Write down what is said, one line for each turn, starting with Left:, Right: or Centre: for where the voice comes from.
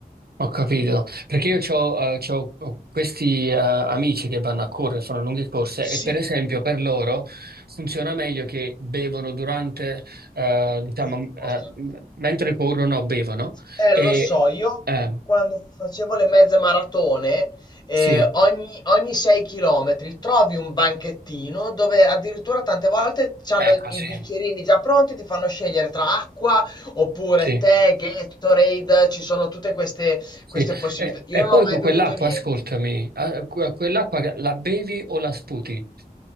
Right: ho capito, perché io c'ho, eh, c'ho- ho questi eh, amici che vanno a correre, fanno lunghe corse
Left: sì,
Right: e per esempio per loro funziona meglio che bevono durante, eh, diciamo,
Left: La corsa.
Right: eh, m- mentre corrono, bevono
Left: Eh,
Right: e...
Left: lo so, io
Right: eh,
Left: quando facevo le mezze maratone, eh,
Right: sì,
Left: ogni, ogni 6 km trovi un banchettino dove addirittura tante volte c'hanno
Right: ecco,
Left: i
Right: sì,
Left: bicchierini già pronti, ti fanno scegliere tra acqua oppure
Right: sì.
Left: tè, Gatorade, ci sono tutte queste,
Right: Sì,
Left: queste possibilità.
Right: e,
Left: Io
Right: e
Left: non
Right: poi
Left: ho mai
Right: con quell'acqua,
Left: bevuto niente.
Right: ascoltami, a- que- quell'acqua la bevi o la sputi?